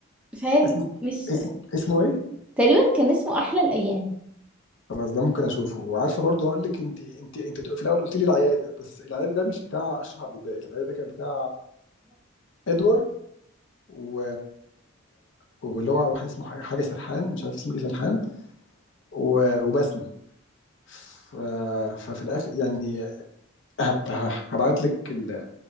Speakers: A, in the centre; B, on the left.
A: فاهم
B: اسم
A: مش
B: اسم اسمه ايه؟
A: تقريبا كان اسمه احلى الايام
B: خلاص ده ممكن اشوفه وعارفه برضو اقول لك انت انت انت في الاول قلت لي العياده بس العياده ده مش بتاع اشرف عبد الباقي العياده ده كان بتاع ادوار و... واللي هو واحد اسمه حاجة حاجة سرحان مش عارف اسمه ايه سرحان و... وبسمة ف... ففي الاخر يعني هب... ه- هبعت لك ال-